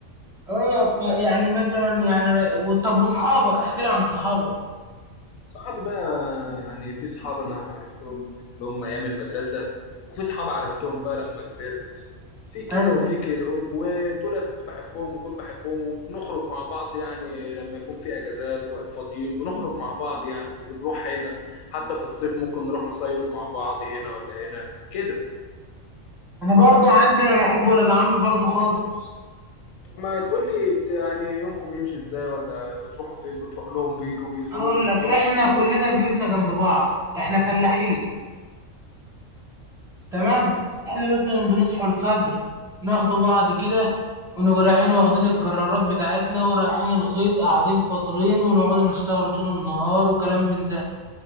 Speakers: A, in the centre; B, on the left (about 85°).
A: اه ما- يعني مثلا يعني و- طب واصحابك احكي لي عن صحابك
B: صحابي بقى يعني في صحاب انا عرفتهم اللي هم ايام المدرسه وفي صحاب عرفتهم بقى لما كبرت في كده
A: ايوه
B: وفي كده و- ودولت بحبهم ودول بحبهم وبنخرج مع بعض يعني لما يكون في اجازات وفاضيين بنخرج مع بعض يعني وبنروح هنا حتى في الصيف ممكن نروح نصيف مع بعض هنا ولا هنا كده
A: انا برضو عندي انا بحب ولاد عمي برضو خالص
B: طب ما تقول لي بت... يعني يومكم بيمشي ازاي ولا بتروحوا فين بتروح لهم بيجوا بيزوروك
A: هقول لك
B: بتزورهم
A: احنا
B: كده
A: كلنا بيوتنا جنب بعض احنا فلاحين تمام احنا مثلا بنصحوا الفجر ناخدوا بعض كده ونبقى رايحين واخدين الجرارات بتاعتنا ورايحين الغيط قاعدين فاطرين ونقعدوا نشتغلوا طول النهار وكلام من ده